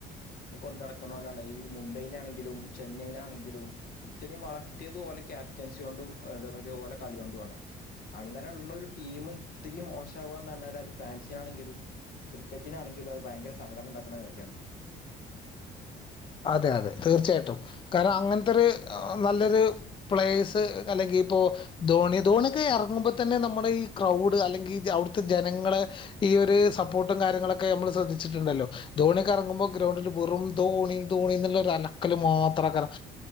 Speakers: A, on the left (about 65°); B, on the left (about 30°).
A: കൊണ്ടടക്കണോലാണീ... മുംബൈനാണെങ്കിലും... ചെന്നൈനാണെങ്കിലും ഇത്തരീം വളർ മറ്റേത് ഓല ക്യാപ്റ്റൻസ്യോണ്ടും അതേയ്മരി മറ്റേ ഓലെ കളിയോണ്ടുആണ്. അങ്ങനള്ളരു ടീമ് ത്തിരീം മോശവാന്നറഞ്ഞാല് അത് ഫാൻസിനാണെങ്കിലും ക്രിക്കറ്റിനാണെങ്കിലും അത് ഭയങ്കര സങ്കടണ്ടാക്കണ കാര്യാണ്.
B: ആ അതെ അതെ തീർച്ചയായിട്ടും കാരണം അങ്ങനത്തൊറ് ആ നല്ലൊര് പ്ലേസ് അല്ലെങ്കി ഇപ്പോ, ധോണി ധോണിയൊക്കെ ഇറങ്ങുമ്പോ തന്നെ നമ്മുടെ ഈ ക്രൗഡ് അല്ലെങ്കിൽ അവിടുത്തെ ജനങ്ങളെ ഈ ഒരു സപ്പോർട്ടും കാര്യങ്ങളൊക്കെ നമ്മൾ ശ്രദ്ധിച്ചിട്ടുണ്ടല്ലോ. ധോണിയൊക്കെ എറങ്ങുമ്പോ ഗ്രൗണ്ടില് വെറും ധോണി ധോണി ന്നുള്ള അലക്കൽ മാത്രകാരം.